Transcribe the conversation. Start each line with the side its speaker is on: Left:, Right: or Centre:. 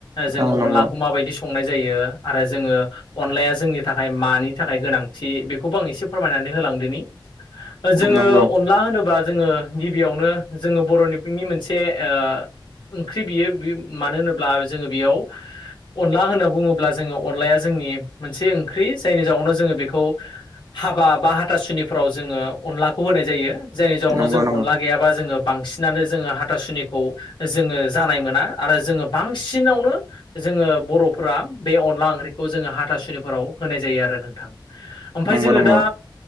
Left: जोङो
Right: औ नंगौ
Left: अनलाखौ माबायदि स संनाय जायो आरो जोङो अनलाया जोंनि थाखाय मानि थाखाय गोनांथि बेखौबो आं इसे फोरमायनानै होलांदोनि जोङो
Right: नंगौ
Left: अनला होनोबा जोङो गिबियावनो जोङो बर'निफिनि मोनसे ओ ओंख्रि बियो बि मानो होनोब्ला जोङो बियाव अनला होनना बुङोब्ला जोङो अनलाया जोंनि मोनसे ओंख्रि जायनि जाउनाव जोङो बेखौ हाबा बा हाथासुनिफोराव जोङो अनलाखौ होनाय जायो जायनि जाउनाव
Right: नंगौ
Left: जों
Right: नंगौ
Left: अनला गैयाबा जोङो बांसिनानो जोङो हाथासुनि खौ जोङो जानाय मोना आरो जोङो बांसिनावनो जोङो बर'फोरा बे अनला ओंख्रिखौ जोङो हाथासुनिफोराव होनाय जायो आरो नोंथां ओमफ्राय
Right: नंगौ
Left: जोङो
Right: नंगौ
Left: दा